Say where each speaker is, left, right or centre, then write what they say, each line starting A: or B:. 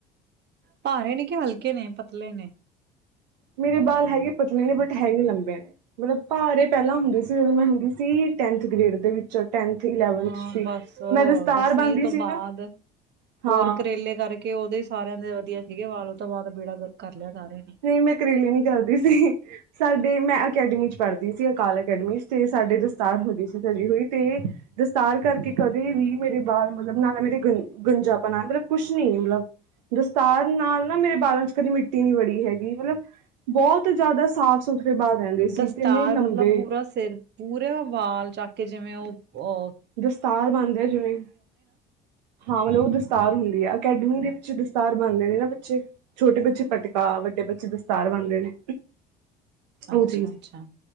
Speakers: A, on the right; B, on the right.
A: ਭਾਰੇ ਨੇ ਕਿ ਹਲਕੇ ਨੇ ਪਤਲੇ ਨੇ।
B: ਮੇਰੇ ਬਾਲ ਹੈਗੇ ਪਤਨੀ ਨੇ ਬਟ ਹੈਗੇ ਲੰਬੇ ਨੇ। ਮਤਲਬ ਭਾਰੇ ਪਹਿਲਾਂ ਹੁੰਦੇ ਸੀ ਜਦੋਂ ਮੈਂ ਹੁੰਦੀ ਸੀ ਟੈਂਥ ਗ੍ਰੇਡ ਦੇ ਵਿੱਚ। ਟੈਨਥ ਇਲਵਨਥ
A: ਹਾਂ
B: ਚ ਸੀ
A: ਬਸ
B: ਮੈਂ ਦਸਤਾਰ
A: ਦਸਵੀਂ
B: ਬਣਦੀ
A: ਤੋਂ
B: ਸੀ
A: ਬਾਅਦ
B: ਨਾ। ਹਾਂ
A: ਹੋਰ ਕਰੇਲੇ ਕਰਕੇ ਉਹਦੇ ਸਾਰਿਆਂ ਦੇ ਵਧੀਆ ਸੀਗੇ ਵਾਲ ਓ ਤੋਂ ਬਾਅਦ ਬੇੜਾ ਗਰਕ ਕਰ ਲਿਆ ਸਾਰੇ।
B: ਨਹੀਂ ਮੈਂ ਕਰੇਲੇ ਨੀ ਕਰਦੀ ਸੀ। ਸਾਡੇ ਮੈਂ ਅਕੈਡਮੀ ਚ ਪੜ੍ਹਦੀ ਸੀ ਅਕਾਲ ਅਕੈਡਮੀ ਚ ਤੇ ਸਾਡੇ ਦਸਤਾਰ ਹੁੰਦੀ ਸੀ ਸਜੀ ਹੋਈ ਤੇ। ਦਸਤਾਰ ਕਰਕੇ ਕਦੇ ਵੀ ਮੇਰੇ ਬਾਲ ਮਤਲਬ ਨਾਲ ਮੇਰੇ ਗ ਗੰਜਾਪਣਾ ਮੇਰੇ ਮਤਲਬ ਕੁਛ ਨੀ ਮਤਲਬ ਦਸਤਾਰ ਨਾਲ ਨਾ ਮੇਰੇ ਬਾਲਾਂ ਚ ਕਦੀ ਮਿੱਟੀ ਨੀ ਵੜੀ। ਹੈਗੀ ਮਤਲਬ ਬਹੁਤ ਜ਼ਿਆਦਾ ਸਾਫ ਸੁਥਰੇ ਬਾਲ ਰਹਿੰਦੇ ਸੀ
A: ਦਸਤਾਰ
B: ਤੇ ਇੰਨੇ ਲੰਬੇ।
A: ਮਤਲਬ ਪੂਰਾ ਸਿਰ ਪੂਰਾ ਵਾਲ ਚਾਕੇ ਜਿਵੇਂ ਓ ਅਹ
B: ਦਸਤਾਰ ਬਣਦੇ ਜਿਵੇਂ। ਹਾਂ ਮਤਲਬ ਓ ਦਸਤਾਰ ਹੁੰਦੀ ਆ ਅਕੈਡਮੀ ਦੇ ਵਿੱਚ ਦਸਤਾਰ ਬਣਦੇ ਨੇ ਨਾ ਬੱਚੇ। ਛੋਟੇ ਬੱਚੇ ਪਟਕਾ ਵੱਡੇ ਬੱਚੇ ਦਸਤਾਰ ਬਣਦੇ ਨੇ। ਓ
A: ਅੱਛਾ-ਅੱਛਾ
B: ਚੀਜ਼